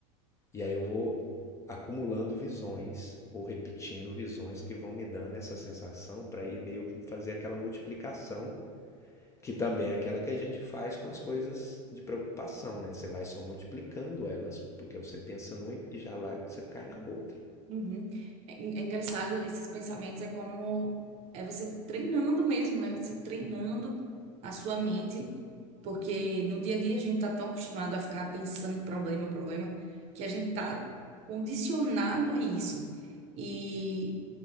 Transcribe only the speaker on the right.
Uhum. É, é engraçado, esses pensamentos é como é você treinando mesmo, né? Você treinando a sua mente, porque no dia a dia a gente tá tão acostumado a ficar pensando em problema, problema, que a gente tá condicionado a isso. E